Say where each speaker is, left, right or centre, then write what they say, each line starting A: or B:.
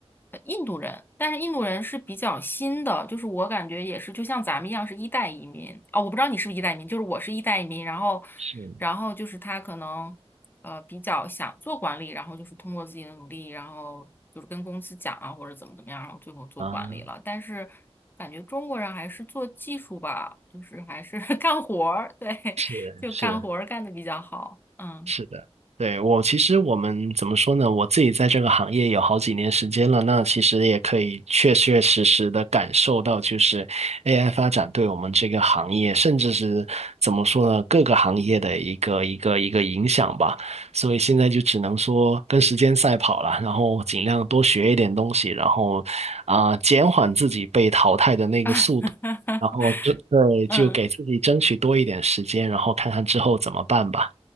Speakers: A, on the left; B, on the right.
A: 呃印度人，但是印度人是比较新的，就是我感觉也是，就像咱们一样是一代移民哦，我不知道你是不是一代移民，就是我是一代移民，然后，
B: 是
A: 然后就是他可能呃比较想做管理，然后就是通过自己的努力，然后就是跟公司讲啊或者怎么怎么样，然后最后做管理了。
B: 啊，
A: 但是感觉中国人还是做技术吧，就是还是 <laughs> 干活儿，对，
B: 是是，
A: 就干活儿干的比较好，嗯。
B: 是的，对，我其实我们怎么说呢？我自己在这个行业有好几年时间了，那其实也可以确确实实的感受到，就是 AI 发展对我们这个行业，甚至是怎么说呢，各个行业的一个一个一个影响吧。所以现在就只能说跟时间赛跑了，然后尽量多学一点东西，然后啊、减缓自己被淘汰的那个速度，
A: <laughs>
B: 然后就对，
A: 嗯，
B: 就给自己争取多一点时间，然后看看之后怎么办吧。